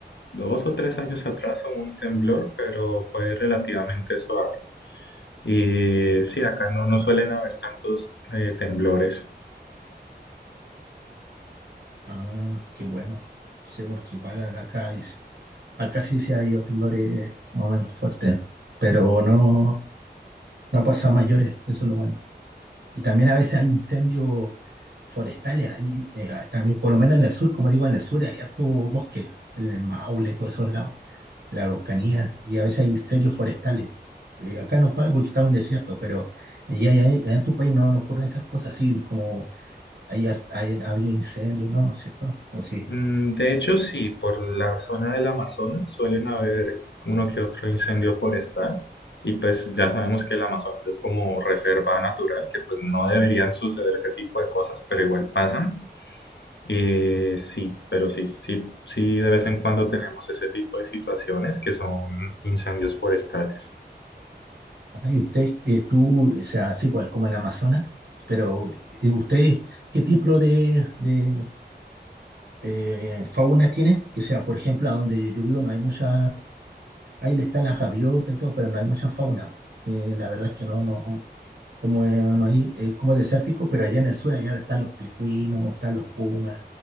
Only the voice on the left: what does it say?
dos o tres años atrás hubo un temblor, pero fue relativamente suave. Y sí, acá no, no suelen haber tantos eh, temblores.
Mm, De hecho, sí, por la zona del Amazonas suelen haber uno que otro incendio forestal y pues ya sabemos que el Amazonas es como reserva natural, que pues no deberían suceder ese tipo de cosas, pero igual pasan. Eh, sí, pero sí, sí, sí, de vez en cuando tenemos ese tipo de situaciones que son incendios forestales.